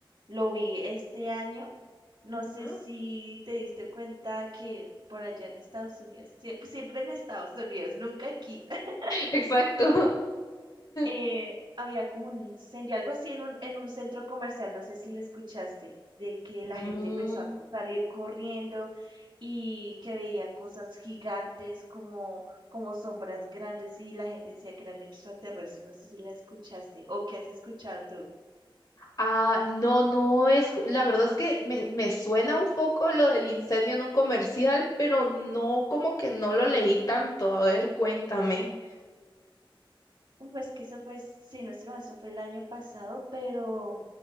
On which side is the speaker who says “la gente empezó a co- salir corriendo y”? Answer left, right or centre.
Right